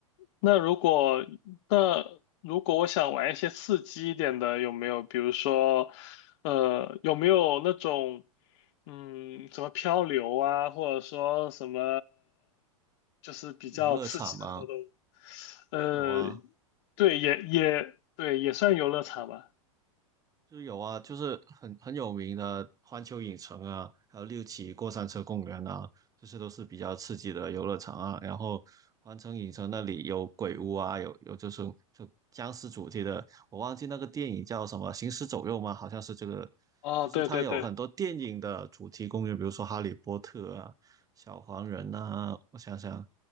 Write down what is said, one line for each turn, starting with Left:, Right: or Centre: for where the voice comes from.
Left: 那如果那如果我想玩一些刺激一点的，有没有？比如说，呃，有没有那种嗯，什么漂流啊，或者说什么就是比较刺激的活动？
Right: 游乐场吗？
Left: 呃，
Right: 有啊，
Left: 对，也也对，也算游乐场吧。
Right: 就是有啊，就是很很有名的环球影城啊，还有六旗过山车公园啊，这些都是比较刺激的游乐场啊。然后环城影城那里有鬼屋啊，有有就是就僵尸主题的，我忘记那个电影叫什么《行尸走肉》吗？好像是这个，
Left: 哦，
Right: 就是它有很多电影的主题公园，
Left: 对对对。
Right: 比如说《哈利波特》啊、小黄人啊，我想想，